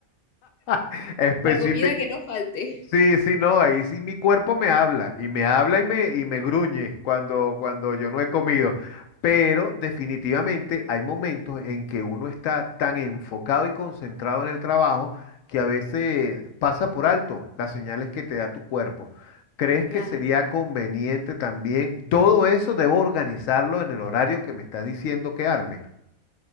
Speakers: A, on the left; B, on the left.
A: <laughs> Específico.
B: La comida que no falte.
A: Sí, sí, no, ahí sí mi cuerpo me habla y me habla y me, y me gruñe cuando, cuando yo no he comido. Pero definitivamente hay momentos en que uno está tan enfocado y concentrado en el trabajo que a veces pasa por alto las señales que te da tu cuerpo. ¿Crees
B: Claro.
A: que sería conveniente también? Todo eso debo organizarlo en el horario que me estás diciendo que arme.